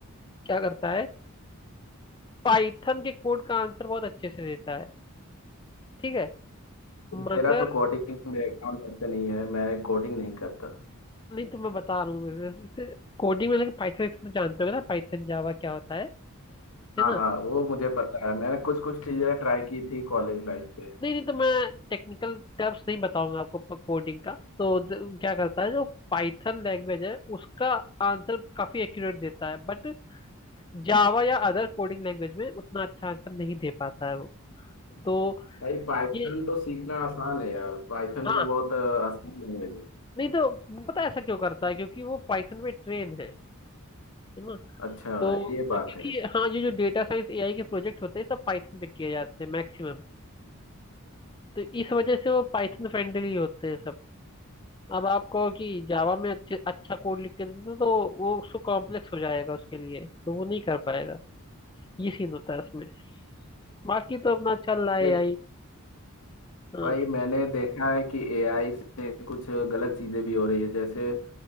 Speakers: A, on the left; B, on the left.
A: क्या करता है पाइथन के कोड का आंसर बहुत अच्छे से देता है ठीक है मगर
B: मेरा तो कोडिंग बैकग्राउंड वैसे नहीं है मैं कोडिंग नहीं करता
A: नहीं तो मैं बता रहा हूँ कोडिंग में लेकिन पाइथन तो जानते होगे ना पाइथन जावा क्या होता है है
B: हाँ
A: ना
B: हाँ वो मुझे पता है मैंने कुछ कुछ चीज़ें ट्राई की थी कॉलेज लाइफ पे
A: नहीं नहीं तो मैं टेक्निकल टर्म्स नहीं बताऊंगा आपको कोडिंग का तो ज- क्या करता है जो पाइथन लैंग्वेज है उसका आंसर काफी एक्यूरेट देता है बट जावा या अदर कोडिंग लैंग्वेज में उतना अच्छा आंसर नहीं दे पाता है वो तो
B: भाई पाइथन
A: ये
B: तो सीखना आसान है यार पाइथन
A: हाँ
B: तो बहुत अ, आसान लैंग्वेज है
A: नहीं तो पता है ऐसा क्यों करता है क्योंकि वो पाइथन में ट्रेन है है ना
B: अच्छा
A: तो
B: ये बात
A: क्योंकि
B: है
A: हाँ ये जो डेटा साइंस एआई के प्रोजेक्ट होते हैं सब पाइथन पे किए जाते हैं मैक्सिमम तो इस वजह से वो पाइथन फ्रेंडली होते हैं सब अब आप कहो कि जावा में अच्छे अच्छा कोड लिख के दे दो तो वो उसको कॉम्प्लेक्स हो जाएगा उसके लिए तो वो नहीं कर पाएगा ये सीन होता है उसमें बाकी तो अपना चल रहा है
B: भाई
A: एआई हाँ
B: भाई मैंने देखा है कि एआई से कुछ गलत चीज़ें भी हो रही है जैसे